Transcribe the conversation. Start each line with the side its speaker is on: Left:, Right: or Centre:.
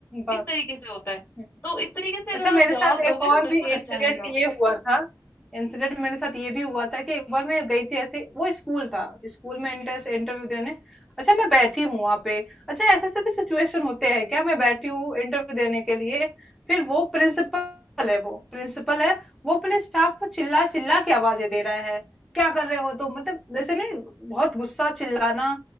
Centre: बात
Left: इस तरीके से होता है
Centre: हम्म
Left: तो इस तरीके से अगर
Centre: अच्छा
Left: आप
Centre: मेरे
Left: जवाब
Centre: साथ
Left: दोगे
Centre: एक और
Left: तो बिल्कुल
Centre: भी इंसिडेंट
Left: अच्छा रहेगा
Centre: ये हुआ था इंसिडेंट मेरे साथ ये भी हुआ था कि एक बार मैं गई थी ऐसे वो स्कूल था स्कूल में इंटर इंटरव्यू देने अच्छा मैं बैठी हूँ वहां पे अच्छा ऐसे ऐसे भी सिचुएशन होते हैं क्या मैं बैठी हूँ इंटरव्यू देने के लिए फिर वो प्रिंसिपल है वो प्रिंसिपल है वो अपने स्टाफ को चिल्ला चिल्ला के आवाजें दे रहा है क्या कर रहे हो तुम मतलब जैसे नहीं बहुत गुस्सा चिल्लाना